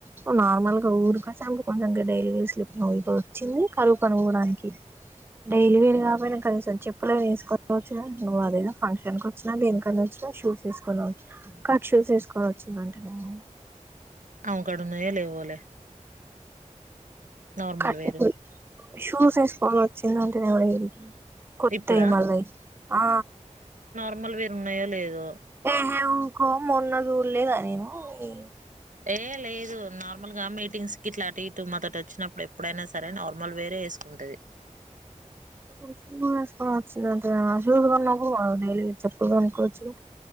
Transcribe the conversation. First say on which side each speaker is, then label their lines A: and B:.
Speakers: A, on the right; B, on the right.
A: నువ్వు నార్మల్ గా ఊరికా <unintelligible> ఇంగ డైలీ వేర్ స్లిప్పర్లు ఏసుకుని వచ్చింది కరువు పనికిపోడానికి డైలీ వేర్ కాకపోయినా కనీసం చెప్పులే వేసుకోవచ్చ నువ్వు అదేదో ఫంక్షన్కు వచ్చినవా దేనికన్న వచ్చినవా షూస్ ఏసుకుని కట్ షూస్ ఏసుకొని వచ్చిందంటేనేమో
B: అవుకాడున్నయో లేవోలే నార్మల్
A: కట్
B: వేరు
A: ఇప్పుడు షూస్ ఎస్కొని వచ్చిందంటేనేమో ఈడికి కొత్తయి
B: ఇప్పుడా
A: మళ్ళ అయ్యి ఆ
B: ర్మల్ వేర్ ఉన్నయో లేదో
A: ఏహే ఊకో మొన్న సూడలేదా నేను నీ
B: ఏ లేదు నార్మల్ గా మీటింగ్స్ కి ఇట్ల అటు ఇటు మాతోటి వచ్చినప్పుడు ఎప్పుడైన సరే నార్మల్ వేరే వేసుకో కుంటది
A: అవు షూ ఏస్కొనీ వచ్చిందంట షూ బదులు డైలీ చెప్పులు కొనొచ్చు గా